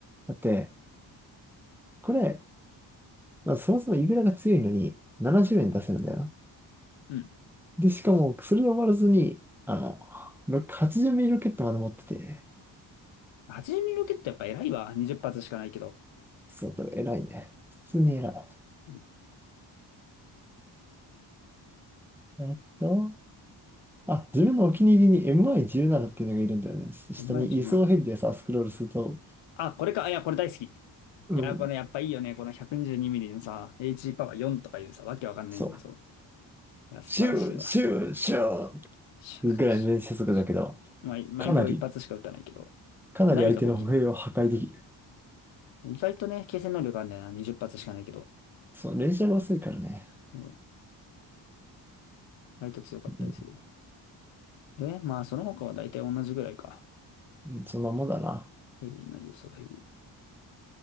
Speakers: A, in the centre; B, on the left (about 85°).
A: だって、これ、まずそもそもイグラが強いのに70円出せるんだよな。
B: うん。
A: で、しかも、それで終わらずに、あの、ろく80ミリロケットまで持ってて、
B: 80ミリロケットやっぱ偉いわ。20発しかないけど。
A: そう、だから偉いね。普通に偉い。
B: うん。
A: えっと、あ、自分のお気に入りに MI17 っていうのがいるんだよね。下に輸送ヘリでさ、
B: 前17。
A: スクロールすると、
B: あ、これか。あいや、これ大好き。い
A: うん。
B: や、これやっぱいいよね。この122ミリのさ、H パワー4とかいうさ、わけわかんないけど、
A: そう。
B: そう。いや、素晴らしいわ。
A: シュー、シュー、シュ
B: シャンシャンシ
A: ーぐらいの連射速度だけど、
B: ャン毎、毎秒1発しか撃たないけど、
A: かなり、かなり相手の歩兵を破壊できる。
B: まあ、何かが起きる。意外とね、継戦能力あるんだよな。20発しかないけど。
A: そう、連射が遅いからね。
B: うん。割と強かったりする。
A: うん、
B: で、まあ、その他は大体同じぐらいか。
A: うんそんなもんだな。
B: ヘリー、マそう、ヘリに